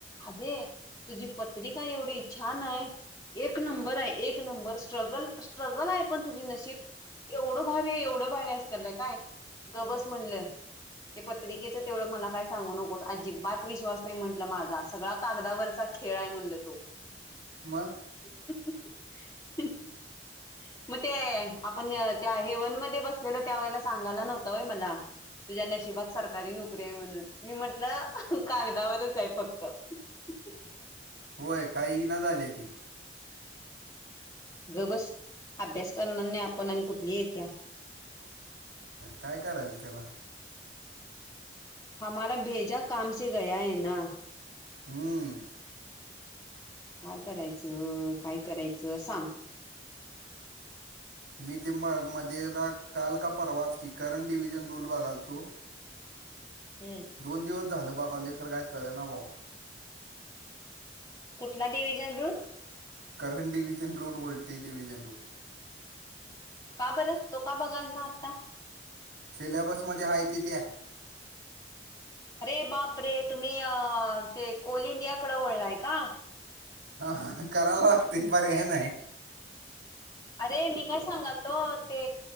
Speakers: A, on the left; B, on the right.
A: आदे तुझी पत्रिका एवढी छान हाय. एक नंबर हाय. एक नंबर स्ट्रगल-स्ट्रगल हाय पण तुझी नशीब एवढं भारी. आहे एवढं भारी. आसं कराल्या काय गबस म्हणलं. ते पत्रिकेच तेवढं मला काय सांगू नकोस, अजिबात विश्वास नाही म्हंटलं माझा सगळा कागदावरचा खेळ हाय म्हणल तो.
B: मग.
A: ह.... ह ह ह ह मग ते. आपण त्या एवन मध्ये बसलेलो त्या वेळेला सांगाला नव्हता व्हय मला. तुझ्या नशिबात सरकारी नोकरी आहे म्हणून. मी म्हंटलं अह.. कागदावरच आहे फक्त ह. ह. हं.
B: होय, काय येना झालेयं.
A: गप बस अभ्यास करणार नाही, आपण आणि कुठली येत्या?
B: काय करायचं त्याला
A: हमारा भेजा काम से गया है ना?
B: हम.
A: काय करायचं काय करायचं सांग?
B: मी ते म- मध्ये मधी एकदा काल का परवाच की करंट डिव्हिजन रूल बघालतो.
A: हम्म
B: दोन दिवस झालं बाघालोय, खर काय कळना बाबा.
A: कुठला division rule
B: current division rule बोलतोय, डिव्हिजन रूल.
A: का बरं! तो का बघालता आत्ता?
B: सिलॅबस मध्ये आहे ति त्या.
A: अरे! बाप रे तुम्ही अ ते कोल इंडियाकड वळलाय का?
B: हा कराय लागतय, पर्याय नाही.
A: अरे! मी काय सांगलतो अ ते